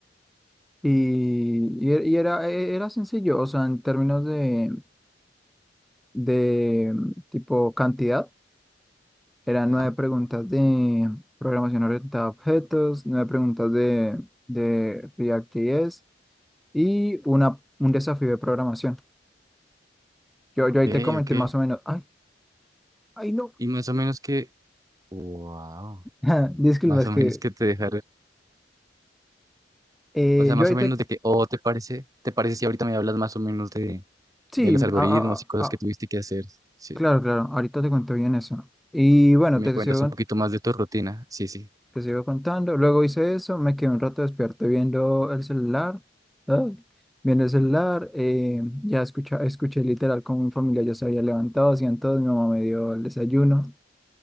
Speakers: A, in the centre; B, on the right (about 20°).
A: Y, y er- y era, e, era sencillo, o sea, en términos de, de mm, tipo cantidad, eran
B: Ajá.
A: nueve preguntas de programación orientada a objetos, nueve preguntas de, de React.js y una, un desafío de programación. Yo,
B: Ok,
A: yo ahí te comenté
B: ok.
A: más o menos, ay, ay no,
B: Y más o menos que, wow,
A: <laughs> disculpa,
B: más
A: es
B: o menos
A: que
B: que te dejaron,
A: eh,
B: o sea, más
A: yo ahí
B: o menos
A: te,
B: de que, o te parece, te parece si ahorita me hablas más o menos de,
A: sí,
B: de los algoritmos
A: ah, ah,
B: y cosas
A: ah, ah,
B: que tuviste que hacer, sí.
A: claro, claro, ahorita te cuento bien eso. Y bueno,
B: Y me
A: te
B: cuentas
A: sigo
B: un poquito más de tu rutina, sí, sí.
A: Te sigo contando. Luego hice eso, me quedé un rato despierto viendo el celular. Ay, viendo el celular, eh, ya escucha, escuché literal como mi familia ya se había levantado, hacían todo, mi mamá me dio el desayuno.